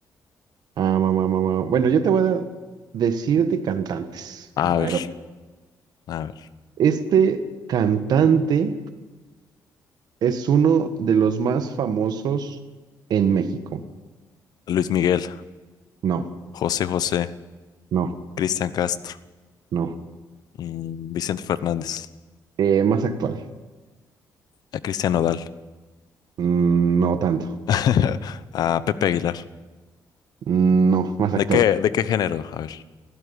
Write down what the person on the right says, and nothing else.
ah mamá mamá Bueno, yo te voy a decir de cantantes,
la
verdad.
Este cantante es uno de los más famosos en México.
No,
no,
no.
Eh, más actual.
Mm, No tanto.
Mm, No, más
actual.